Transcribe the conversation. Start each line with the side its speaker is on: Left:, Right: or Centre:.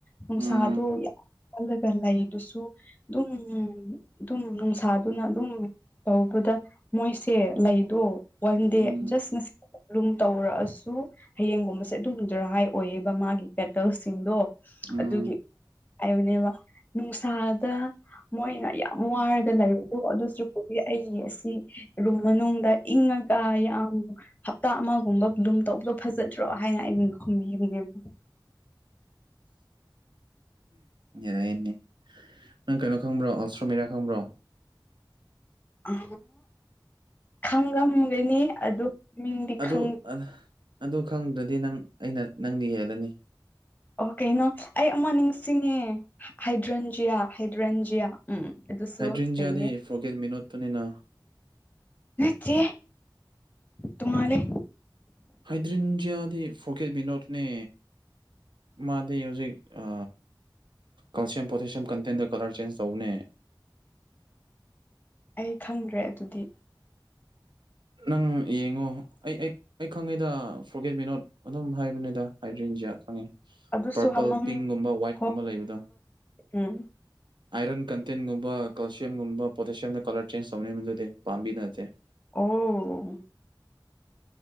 Left: ꯅꯨꯡꯁꯥꯗꯣ
Right: ꯎꯝ
Left: ꯌꯥ ꯑꯣꯜꯂꯒ ꯂꯩꯗꯨꯁꯨ ꯑꯗꯨꯝ ꯑꯗꯨꯝ ꯅꯨꯡꯁꯥꯗꯨꯅ ꯑꯗꯨꯝ ꯇꯧꯕꯗ ꯃꯣꯏꯁꯦ ꯂꯩꯗꯣ ꯋꯥꯟ ꯗꯦ
Right: ꯎꯝ
Left: ꯅ ꯑꯗꯨꯨꯝ ꯇꯧꯔꯛꯑꯁꯨ ꯍꯌꯦꯡꯒꯨꯝꯕꯁꯦ ꯑꯗꯨꯝ ꯗ꯭ꯔꯥꯏ ꯑꯣꯏꯌꯦꯕ ꯃꯥꯒꯤ ꯄꯦꯇꯜꯁꯤꯡꯗꯣ
Right: ꯎꯝ
Left: ꯑꯗꯨꯒꯤ ꯍꯥꯏꯕꯅꯦꯕ ꯅꯨꯡꯁꯥꯗ ꯃꯣꯏꯅ ꯌꯥꯝ ꯋꯥꯔꯒ ꯂꯩꯕꯗꯣ ꯑꯗꯨꯁꯨꯄ ꯑꯩ ꯑꯁꯤ ꯔꯨꯝ ꯃꯅꯨꯡꯗ ꯏꯪꯉꯒ ꯌꯥꯝ ꯎꯝ ꯍꯞꯇꯥ ꯑꯃꯒꯨꯝꯕ ꯑꯗꯨꯨꯝ ꯇꯧꯕꯗꯣ ꯐꯖꯗ꯭ꯔꯣ ꯍꯥꯏꯅ ꯑꯩꯅ ꯈꯨꯝꯕꯤꯕꯅꯦꯕ
Right: ꯌꯥꯏꯅꯤ ꯅꯪ ꯀꯩꯅꯣ ꯈꯪꯕ꯭ꯔꯣ ꯑꯁꯇ꯭ꯔꯣꯃꯦꯔꯤꯌꯥ ꯈꯪꯕ꯭ꯔꯣ
Left: ꯑ ꯈꯪꯉꯝꯒꯅꯤ ꯑꯗꯨ ꯃꯤꯡꯗꯤ
Right: ꯑꯗꯨ
Left: ꯈ
Right: ꯑ- ꯑꯗꯨ ꯈꯪꯗ꯭ꯔꯗꯤ ꯅꯪ ꯑꯩꯅ ꯅꯪꯗꯤ ꯌꯦꯜꯂꯅꯤ
Left: ꯑꯣ ꯀꯩꯅꯣ ꯑꯩ ꯑꯃ ꯅꯤꯡꯁꯤꯡꯉꯦ ꯍꯥꯏꯗ꯭ꯔꯟꯖꯤꯌꯥ ꯍꯥꯏꯗ꯭ꯔꯟꯖꯤꯌꯥ ꯎꯝ ꯑꯗꯨꯁꯨ
Right: ꯍꯥꯏꯗ꯭ꯔꯤꯟꯖꯤꯌꯥꯗꯤ
Left: ꯂꯩꯩꯌꯦ
Right: ꯐꯣꯔꯒꯦꯠ ꯃꯤꯅꯣꯠꯇꯨꯅꯤꯅ
Left: ꯅꯆꯦ ꯇꯨꯉꯥꯜꯂꯤ
Right: ꯍꯥꯏꯗꯔꯤꯟꯖꯤꯌꯥꯗꯤ ꯐꯣꯔꯒꯦꯠ ꯕꯤꯅꯣꯠꯅꯦ ꯃꯥꯗꯤ ꯍꯧꯖꯤꯛ ꯑ ꯀꯜꯁꯤꯌꯝ ꯄꯣꯇꯦꯁꯤꯌꯝ ꯀꯟꯇꯦꯟꯗꯥ ꯀꯂꯔ ꯆꯦꯟꯖ ꯇꯧꯕꯅꯦ
Left: ꯑꯩ ꯈꯪꯗ꯭ꯔꯦ ꯑꯗꯨꯗꯤ
Right: ꯅꯪ ꯌꯦꯡꯉꯣ ꯑꯩ ꯑꯩ ꯑꯩ ꯈꯪꯉꯤꯗ ꯐꯣꯔꯒꯦꯠ ꯃꯤꯅꯣꯠ ꯑꯗꯨꯝ ꯍꯥꯏꯕꯅꯤꯗ ꯍꯥꯏꯗ꯭ꯔꯤꯟꯖꯤꯌꯥ ꯈꯪꯉꯤ
Left: ꯑꯗꯨꯁꯨ
Right: ꯄꯔꯄꯜ
Left: ꯃꯃꯤꯡ
Right: ꯄꯤꯡꯒꯨꯝꯕ ꯋꯥꯏꯠꯀꯨꯝꯕ
Left: ꯍꯣ
Right: ꯂꯩꯕꯗꯣ
Left: ꯎꯝ
Right: ꯑꯥꯏꯔꯟ ꯀꯟꯇꯦꯟꯒꯨꯝꯕ ꯀꯦꯜꯁꯤꯌꯝꯒꯨꯝꯕ ꯄꯣꯇꯦꯁꯤꯌꯝꯗ ꯀꯂꯔ ꯆꯦꯟꯖ ꯇꯧꯅꯤ ꯃꯗꯨꯗꯤ ꯄꯥꯝꯕꯤ ꯅꯠꯇꯦ
Left: ꯑꯣ